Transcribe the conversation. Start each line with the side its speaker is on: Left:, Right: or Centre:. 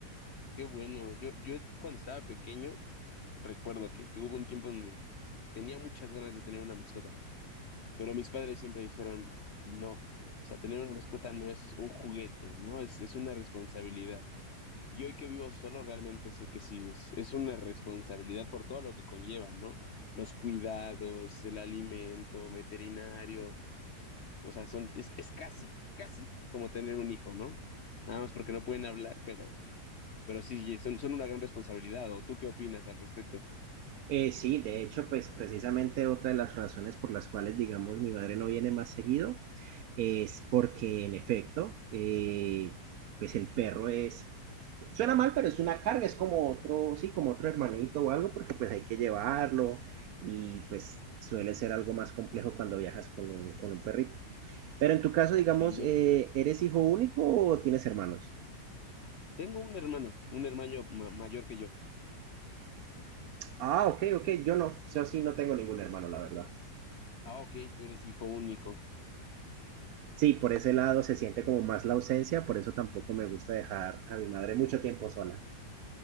Left: Qué bueno. Yo, yo cuando estaba pequeño, recuerdo que, que hubo un tiempo donde tenía muchas ganas de tener una mascota, pero mis padres siempre dijeron, no, o sea, tener una mascota no es un juguete, ¿no? Es, es una responsabilidad. Y hoy que vivo solo, realmente sé que sí, es, es una responsabilidad por todo lo que conlleva, ¿no? Los cuidados, el alimento, veterinario. O sea, son, es, es casi, casi como tener un hijo, ¿no? Nada más porque no pueden hablar, pero, pero sí, son, son una gran responsabilidad. ¿O tú qué opinas al respecto?
Right: Eh, sí, de hecho, pues precisamente otra de las razones por las cuales, digamos, mi madre no viene más seguido es porque en efecto, eh, pues el perro es, suena mal, pero es una carga, es como otro, sí, como otro hermanito o algo, porque pues hay que llevarlo y pues suele ser algo más complejo cuando viajas con un, con un perrito. Pero en tu caso, digamos,
Left: Sí,
Right: eh, ¿eres hijo único o tienes hermanos?
Left: tengo un hermano, un hermano ma- mayor que yo.
Right: Ah, ok, ok, yo no, yo sí no tengo ningún hermano, la verdad.
Left: Ah, ok, tú eres hijo único.
Right: Sí, por ese lado se siente como más la ausencia, por eso tampoco me gusta dejar a mi madre mucho tiempo sola.